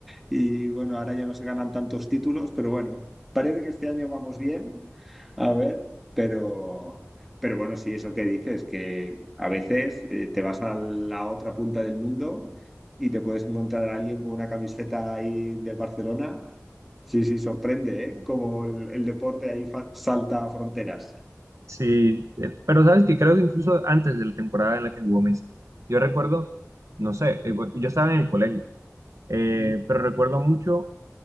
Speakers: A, in the centre; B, on the right (about 75°).
A: Y bueno, ahora ya no se ganan tantos títulos, pero bueno, parece que este año vamos bien, a ver, pero, pero bueno, sí, eso que dices, que a veces eh, te vas a la otra punta del mundo y te puedes encontrar a alguien con una camiseta ahí de Barcelona. Sí, sí, sorprende, ¿eh? Como el, el deporte ahí fa- salta fronteras.
B: sí, eh, pero sabes que creo que incluso antes de la temporada en la que jugó Messi, yo recuerdo, no sé, eh, bueno, yo estaba en el colegio, eh,
A: Ujú.
B: pero recuerdo mucho,